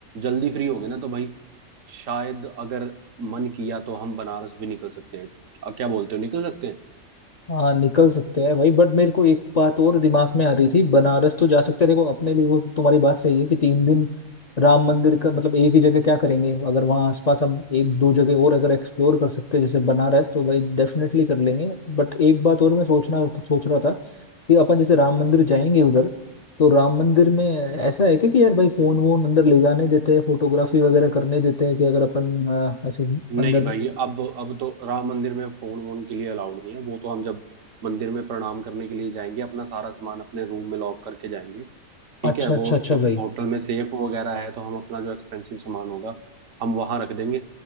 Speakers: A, on the right; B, on the left.
A: जल्दी फ्री हो गए ना तो भाई शायद अगर मन किया तो हम बनारस भी निकल सकते हैं अ, क्या बोलते हो निकल सकते हैं
B: हाँ निकल सकते हैं भाई बट मेरे को एक बात और दिमाग में आ रही थी बनारस तो जा सकते हैं देखो अपने लिए वो तुम्हारी बात सही है कि तीन दिन राम मंदिर का मतलब एक ही जगह क्या करेंगे अगर वहाँ आसपास हम एक दो जगह और अगर एक्सप्लोर कर सकते हैं जैसे बनारस तो भाई डेफिनेटली कर लेंगे बट एक बात और मैं सोचना सोच रहा था कि अपन जैसे राम मंदिर जाएंगे उधर तो राम मंदिर में ऐसा है क्या कि यार भाई फोन वोन अंदर ले जाने देते हैं फोटोग्राफी वगैरह करने देते हैं कि अगर अपन अ, ऐसे
A: नहीं
B: अंदर
A: भाई अब अब तो राम मंदिर में फोन वोन के लिए अलाउड नहीं है वो तो हम जब मंदिर में प्रणाम करने के लिए जाएंगे अपना सारा सामान अपने रूम में लॉक करके जाएंगे ठीक
B: अच्छा
A: है
B: अच्छा
A: वो
B: अच्छा
A: उस
B: भाई
A: होटल में सेफ वगैरह है तो हम अपना जो एक्सपेंसिव सामान होगा हम वहां रख देंगे